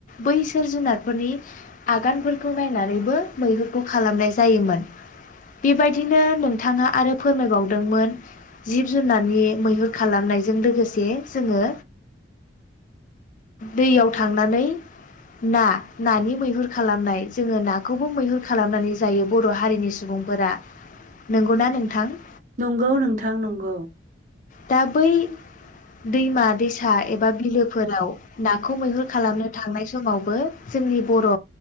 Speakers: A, on the left; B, on the right.
A: बैसोर जुनारफोरनि आगानफोरखौ नायनानैबो मैहुरखौ खालामनाय जायोमोन बेबायदिनो नोंथाङा आरो फोरमायबावदोंमोन जिब जुनारनि मैहुर खालामनायजों लोगोसे जोङो दैयाव थांनानै ना नानि मैहुर खालामनाय जोङो नाखौबो मैहुर खालामनानै जायो बर' हारिनि सुबुंफोरा नंगौना नोंथां?
B: नंगौ नोंथां नंगौ।
A: दा बै दैमा-दैसा एबा बिलोफोराव नाखौ मैहुर खालामनो थांनाय समावबो जोंनि बर'